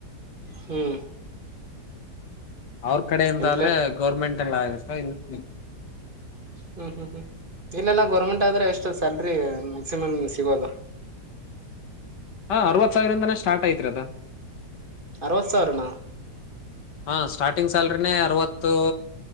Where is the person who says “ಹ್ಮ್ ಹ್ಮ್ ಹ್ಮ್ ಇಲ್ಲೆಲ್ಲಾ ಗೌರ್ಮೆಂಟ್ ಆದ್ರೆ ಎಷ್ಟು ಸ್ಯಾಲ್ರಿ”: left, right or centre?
Right